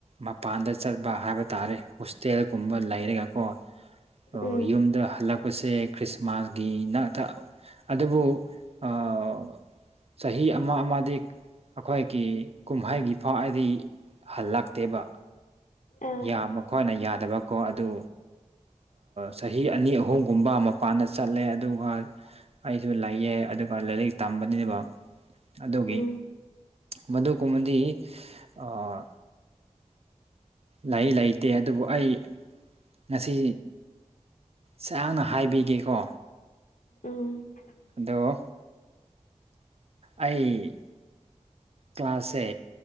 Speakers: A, on the right; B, on the left.
A: ꯃꯄꯥꯟꯗ ꯆꯠꯄ ꯍꯥꯏꯕ ꯇꯥꯔꯦ ꯍꯨꯁ ꯇꯦꯜ ꯀꯨꯝꯕ ꯂꯩꯔꯒꯀꯣ ꯑꯥ
B: ꯎꯝ
A: ꯌꯨꯝꯗ ꯍꯜꯂꯛ ꯄꯁꯦ ꯈ꯭ꯔꯤꯁꯃꯥꯁꯒꯤ ꯅꯪꯥꯇꯥ ꯑꯗꯨꯕꯨ ꯑꯥ ꯆꯍꯤ ꯑꯃ ꯑꯃꯗꯤ ꯑꯩꯈꯣꯏꯒꯤ ꯀꯨꯝꯍꯩꯒꯤ ꯐꯥꯎ ꯑꯩꯗꯤ ꯍꯜꯂꯛꯇꯦꯕ
B: ꯑꯥ
A: ꯏꯌꯥꯝꯕ ꯈꯣꯢꯅ ꯌꯥꯗꯕꯀꯣ ꯑꯗꯨ ꯆꯍꯤ ꯑꯥ ꯑꯅꯤ ꯑꯍꯨꯝ ꯒꯨꯝꯕ ꯃꯄꯥꯟꯗ ꯆꯠꯂꯦ ꯑꯗꯨꯒ ꯑꯩꯁꯨ ꯂꯩꯌꯦ ꯑꯗꯨꯒ ꯂꯥꯏꯔꯤꯛ ꯇꯝꯕꯅꯦꯕ ꯑꯗꯨꯒꯤ
B: ꯎꯝ
A: ꯃꯗꯨꯒꯨꯝꯕꯗꯤ ꯑꯥ ꯂꯩ ꯂꯩꯇꯦ ꯑꯗꯨꯕꯨ ꯑꯩ ꯉꯁꯤ ꯁꯥꯡꯅ ꯍꯥꯏꯕꯤꯒꯦꯀꯣ
B: ꯎꯝ
A: ꯑꯗꯣ ꯑꯩ ꯀ꯭ꯂꯥꯁꯦ